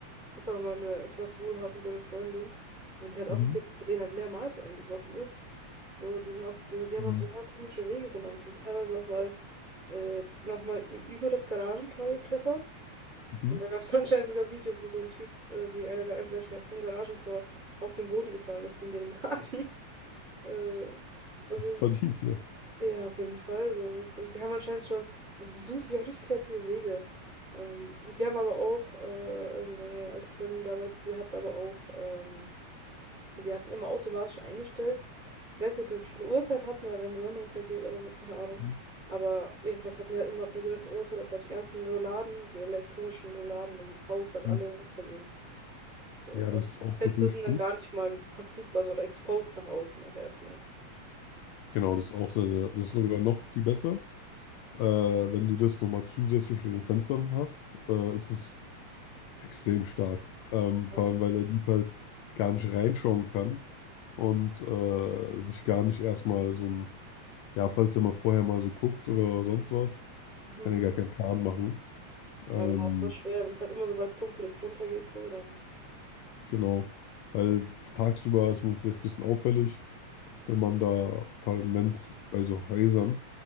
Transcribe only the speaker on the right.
Ich hatte auch mal eine etwas wohlhabendere Freundin und die hat auch
erzählt, dass bei denen halt mehrmals eingebrochen ist. So, die sind auch, die, die haben
auch total komische Wege genommen. Die sind teilweise auch mal, äh, die sind auch mal ü- über das Garagentor geklettert.
Und da gab es <laughs> anscheinend sogar ein Video, wie so ein Typ, äh, wie einer der Einbrecher vom Garagentor auf den Boden gefallen ist in den Garten. <laughs> Äh, also so
ja, auf jeden Fall. Also, es ist, die haben anscheinend schon, also sie suchen sich auch richtig kreative Wege. Ähm, die haben aber auch, äh, also meine alte Freundin damals, die hat aber auch, ähm, die hatten immer automatisch eingestellt. Ich weiß nicht, ob die eine bestimmte Uhrzeit hatten oder wenn die Sonne untergeht oder so, keine Ahnung.
Aber jedenfalls hatten die halt immer ab einer gewissen Uhrzeit, dass halt die ganzen Rouladen, die elektronischen Rouladen im Haus halt
alle runtergehen. So,
äh,
Fenster
sind
dann gar nicht mal verfügbar so, oder exposed nach außen auch erstmal.
So.
Ja.
Mhm.
Ja, genau, voll schwer, wenn es halt immer, sobald es dunkel ist, runtergeht, so, dann.